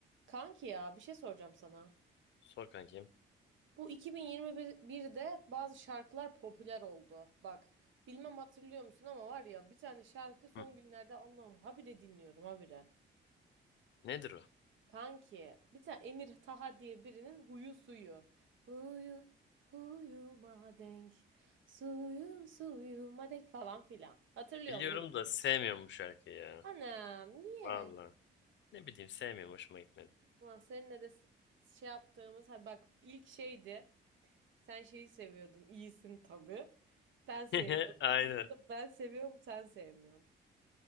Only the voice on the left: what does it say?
Sor kankim.
Hı.
Nedir o?
Biliyorum
da sevmiyorum bu şarkıyı ya.
Vallahi. Ne bileyim sevmiyorum hoşuma gitmedi.
<laughs>
Aynen.